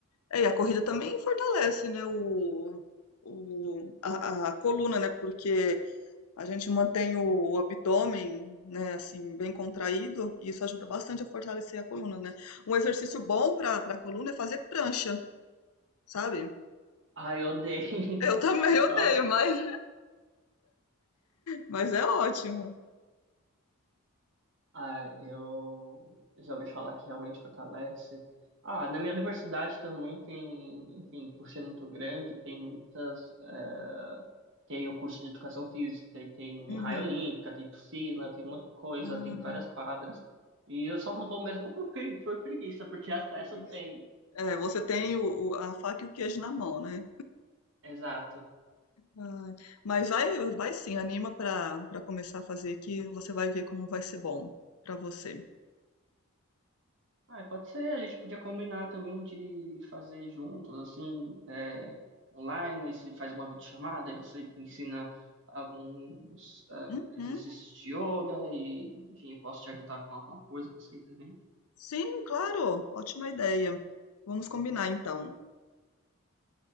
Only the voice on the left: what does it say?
É, e a corrida também fortalece, né, o, o, a, a coluna, né, porque a gente mantém o, o abdômen, né, assim, bem contraído, e isso ajuda bastante a fortalecer a coluna, né. Um exercício bom para para a coluna é fazer prancha, sabe?
Eu também odeio,
mas, mas é ótimo.
Uhum.
Ah,
que que é
isso?
É, você tem o, o- a faca e o queijo na mão, né?
Ai, mas vai, vai sim, anima pra para começar a fazer que você vai ver como vai ser bom pra você.
Uhum.
Sim, claro, ótima ideia. Vamos combinar então.